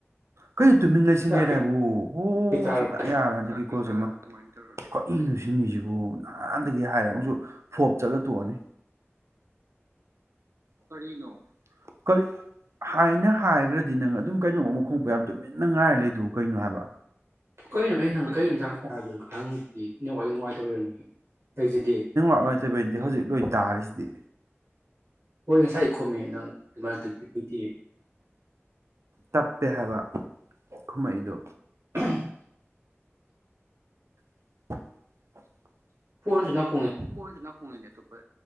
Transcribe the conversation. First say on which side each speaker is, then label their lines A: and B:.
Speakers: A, on the right (about 80°); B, on the right (about 70°).
A: ꯀꯩꯅꯣ ꯇꯨꯃꯤꯟ ꯂꯩꯁꯤꯟꯒꯦꯔꯥꯏꯕꯨ
B: ꯆꯥꯛꯇꯤ
A: ꯑꯣ
B: ꯆꯥꯔꯕꯣ
A: ꯁꯨꯡꯌꯥ
B: ꯀꯃꯥꯏ
A: ꯌꯥꯔꯣꯏ ꯍꯟꯗꯛꯀꯤ <unintelligible> ꯀꯔꯤꯅꯣ ꯁꯤꯃꯤꯖꯤꯕꯨ ꯅꯍꯥꯟ ꯗꯒꯤ ꯍꯥꯏꯔꯦ ꯑꯃꯨꯛꯁꯨ ꯐꯣꯞ ꯆꯠꯂ ꯇꯣꯑꯅꯤ ꯀꯔꯤꯅꯣ ꯀꯔꯤ ꯍꯥꯏꯅ ꯍꯥꯏꯒꯔꯥꯗꯤ ꯅꯪ ꯑꯗꯨꯝ ꯀꯩꯅꯣꯝ ꯑꯃꯨꯛ ꯈꯨꯝꯃꯛꯄ ꯌꯥ ꯇꯨꯃꯤꯟꯅ ꯉꯥꯏꯔ ꯂꯩꯗꯨꯕꯨ ꯀꯩꯅꯣ ꯍꯥꯏꯕ
B: ꯀꯩꯅꯣ ꯑꯩ ꯅꯪ
A: ꯅꯦꯋꯥꯛ
B: ꯀꯩ ꯏꯟꯁꯥꯡ ꯆꯥꯒꯦ ꯈꯪꯗꯦ ꯅꯦꯠꯋꯥꯛ ꯅꯨꯡꯉꯥꯏꯇꯕꯩ ꯑꯣꯏꯔꯝꯅꯤ ꯂꯩꯖꯗꯦ
A: ꯅꯨꯉꯥꯏꯇꯕꯩ ꯅꯠꯇꯦ ꯍꯧꯖꯤꯛ ꯂꯣꯏ ꯇꯥꯔꯤꯁꯤꯗꯤ
B: ꯍꯣꯏ ꯉꯁꯥꯏꯌꯨꯛ ꯈꯨꯝꯃꯦ ꯅꯪ ꯃꯔꯛꯇꯛꯇꯗꯤ
A: ꯇꯞꯄꯦ ꯍꯥꯏꯕ ꯈꯨꯝꯃꯛꯏꯗꯣ
B: <unintelligible>
A: <inaudible>
B: ꯐꯣꯟꯖꯨ ꯅꯛ
A: ꯄꯣꯟꯖꯨ <unintelligible> ꯑꯇꯣꯞꯄ